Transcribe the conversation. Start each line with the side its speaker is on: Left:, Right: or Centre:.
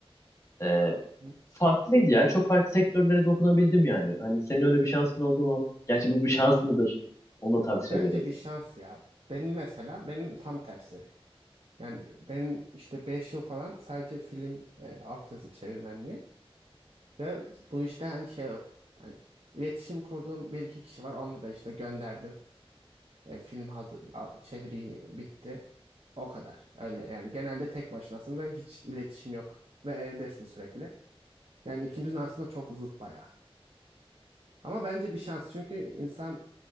Left: Ee,
Right: Hı.
Left: farklıydı ya. Çok farklı sektörlere dokunabildim yani. Hani senin öyle bir şansın oldu mu? Gerçi bu bir şans mıdır? Onu da tartışabiliriz.
Right: Bence bir şans ya. Benim mesela benim tam tersi. Yani benim işte 5 yıl falan sadece film e, altyazı çevirmenliği. Ve bu işte hani şey yok. Hani iletişim kurduğum bir iki kişi var. Onunla da işte gönderdim. E, film hazır, a- çeviri bitti. O kadar. Öyle yani genelde tek başınasın ve hiç iletişim yok. Ve evdesin sürekli. Yani ikimizin aslında çok zıt bayağı. Ama bence bir şans. Çünkü insan